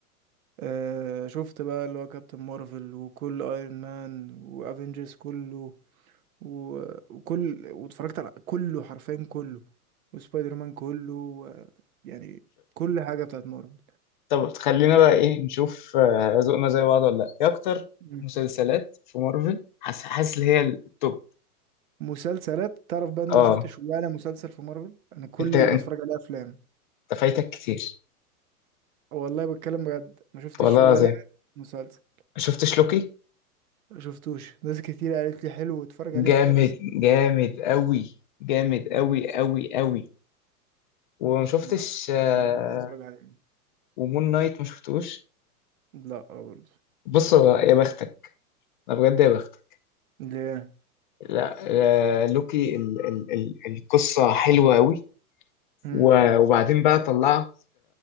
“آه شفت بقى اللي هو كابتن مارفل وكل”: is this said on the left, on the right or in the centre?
Right